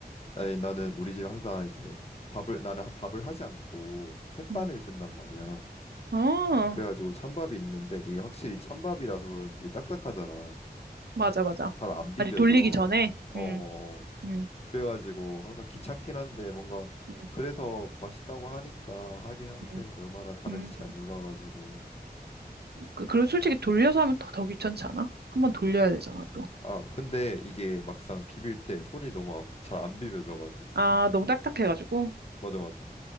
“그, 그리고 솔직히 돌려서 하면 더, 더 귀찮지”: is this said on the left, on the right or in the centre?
Right